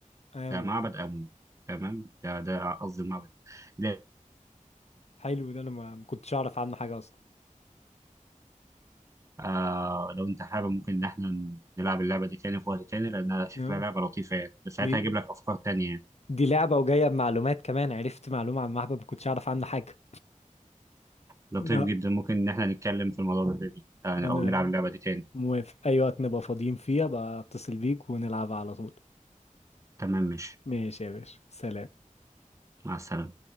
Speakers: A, on the left (about 50°); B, on the right (about 20°).
A: ايوه
B: ده معبد أمون تمام ده ده قصدي المعبد لا
A: حلو ده انا ما ما كنتش اعرف عنه حاجه اصلا
B: آه لو أنت حابب ممكن إن إحنا نلعب اللعبة دي تاني في وقت تاني لأنها شكلها
A: آه.
B: لعبة لطيفة يعني بس ساعتها
A: دي
B: هجيب لك أفكار تانية يعني
A: دي لعبه وجايه بمعلومات كمان عرفت معلومه عن معبد ما كنتش اعرف عنه حاجه
B: لطيف
A: لا
B: جدا ممكن إن إحنا نتكلم في الموضوع ده تاني آه،
A: انا
B: أو نلعب اللعبة دي تاني
A: موافق اي وقت نبقى فاضيين فيه بقى اتصل بيك ونلعب على طول
B: تمام ماشي
A: ماشي يا باشا سلام
B: مع السلامة